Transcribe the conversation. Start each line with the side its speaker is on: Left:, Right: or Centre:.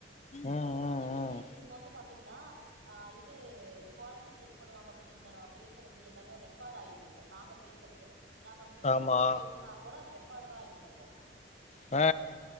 Left: ம் ம்
Right: எங்க
Left: ம்
Right: டீம் இப்ப வந்து பாத்தீங்னா ஆ இது குவாலிட்டி செக் பண்வாங்க பாத்தீங்ளா நம்ம பேசுறது எல்லாமே ரெக்கார்ட் ஆயிட்ருக்கு நாங்க பேசு சறது நாங்க மியூட்
Left: ஆமா
Right: போட்டு பேசுனா கூட அது ரெக்கார்டு தா ஆகிட்ருக்கு
Left: ஆ